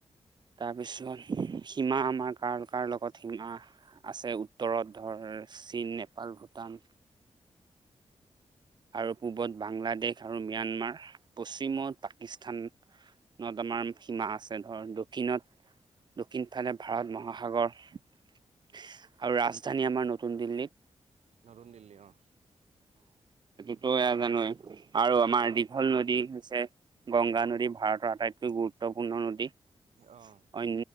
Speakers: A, on the right; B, on the right.
A: তাৰপিছত সীমা আমাৰ কাৰ কাৰ লগত সীমা। আছে উত্তৰত ধৰ চীন, নেপাল, ভূটান। আৰু পূবত বাংলাদেশ আৰু ম্যানমাৰ, পশ্চিমত পাকিস্তান। নতা আমাৰ সীমা আছে ধৰ দক্ষিণত দক্ষিণ ফালে ভাৰত মহাসাগৰ। আৰু ৰাজধানী আমাৰ নতুন দিল্লীত।
B: নতুন দিল্লী অ'।
A: তই জানই আৰু আমাৰ দীঘল নদী হৈছে। গংগা নদী ভাৰতৰ আটাইতকৈ গুৰুত্বপূৰ্ণ নদী।
B: অহ।
A: অন